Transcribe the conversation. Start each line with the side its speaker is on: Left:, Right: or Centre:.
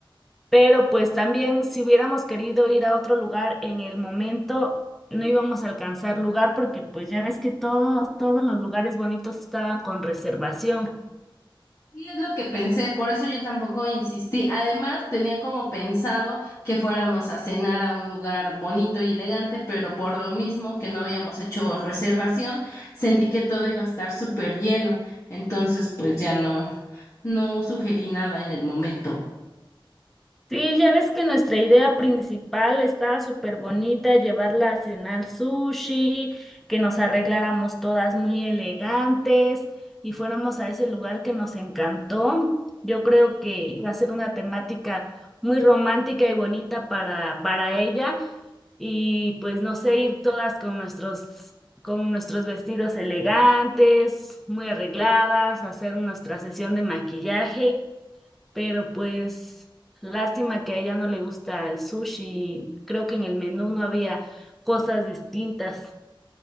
Centre: Pero pues también si hubiéramos querido ir a otro lugar en el momento, no íbamos a alcanzar lugar porque pues ya ves que todo, todos los lugares bonitos estaban con reservación.
Left: Sí, es lo que pensé, por eso yo tampoco insistí. Además, tenía como pensado que fuéramos a cenar a un lugar bonito y elegante, pero por lo mismo que no habíamos hecho reservación, sentí que todo iba a estar súper lleno. Entonces, pues ya no, no sugerí nada en el momento.
Centre: Sí, ya ves que nuestra idea principal estaba súper bonita, llevarla a cenar sushi, que nos arregláramos todas muy elegantes y fuéramos a ese lugar que nos encantó. Yo creo que iba a ser una temática muy romántica y bonita para, para ella. y pues no sé, ir todas con nuestros, con nuestros vestidos elegantes, muy arregladas, hacer nuestra sesión de maquillaje, pero pues lástima que a ella no le gusta el sushi, creo que en el menú no había cosas distintas.